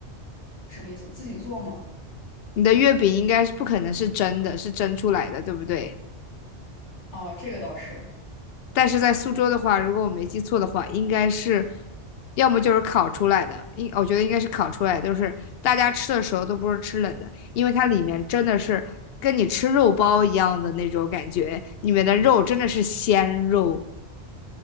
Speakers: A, on the left; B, on the left.
A: 什么意思？自己做吗？
B: 你的月饼应该是不可能是蒸的，是蒸出来的，对不对？
A: 哦，这个倒是。
B: 但是在苏州的话，如果我没记错的话，应该是要么就是烤出来的，应我觉得应该是烤出来的，就是大家吃的时候都不是吃冷的，因为它里面真的是跟你吃肉包一样的那种感觉，里面的肉真的是鲜肉，